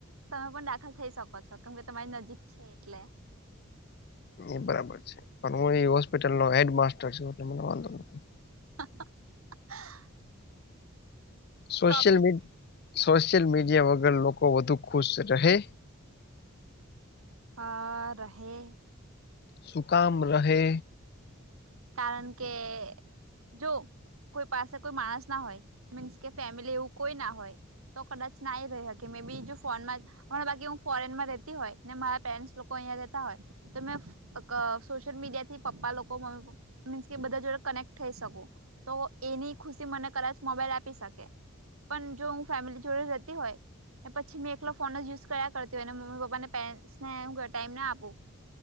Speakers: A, on the right; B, on the left.
A: તમે પણ દાખલ થઈ શકો છો કેમ કે તમારી નજીક છે એટલે
B: એ બરાબર છે પણ હું એ હોસ્પિટલ નો હેડ માસ્ટર છું એટલે મને વાંધો નથી
A: <inaudible>
B: સોશિયલ
A: ટોપિક
B: મી
A: હા
B: સોશિયલ મીડિયા વગર લોકો વધુ ખુશ રહે.
A: હા.. રહે
B: શું કામ રહે?
A: કારણ કે જો કોઈ પાસે કોઈ માણસ ના હોય, મીન્સ કે, ફેમિલી એવું કોઈ ના હોય તો કદાચ ના એ રહી હકે મે બી જો ફોનમાં બાકી હું ફોરેનમાં રહેતી હોય ને મારા પેરેનટસ લોકો અહં રેતા હોય તો મે અ સોશિયલ મીડિયા થી પપ્પા લોકો મમ્મી પપ્પા મીન્સ કે બધા જોડે કનેક્ટ થઈ શકું, તો એની ખુશી મને કદાચ મોબાઈલ આપી શકે. પણ જો હું ફેમિલી જોડે રહેતી હોય. પછી મેં એકલો ફોન જ યુઝ કર્યા કરતી હોઈ અને મમ્મી પપ્પાને પેરેન્ટ્સને હુ ટાઈમ ના આપું